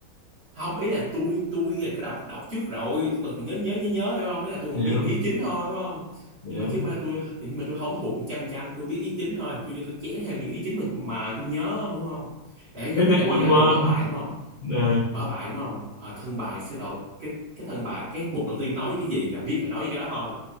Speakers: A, on the right; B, on the left.
A: không ý là tôi tôi là có đọc đọc trước rồi tôi còn nhớ nhớ nhớ nhớ hiểu không ý là tôi còn
B: hiểu
A: biết ý chính thôi hiểu không
B: hiểu
A: nhưng mà chứ mà tôi thì nhưng mà tôi không thuộc một trăm trăm tôi biết ý chính thôi tôi vô tôi chén theo những ý chính mà mà tôi nhớ đúng không để giống
B: thế
A: như
B: giới
A: là bây
B: quên
A: giờ
B: quên
A: đi mở bài đúng không
B: nè
A: mở bài đúng không Ờ, thân bài sẽ đầu cái cái thân bài cái mục đầu tiên nói về cái gì là biết là nói về cái đó thôi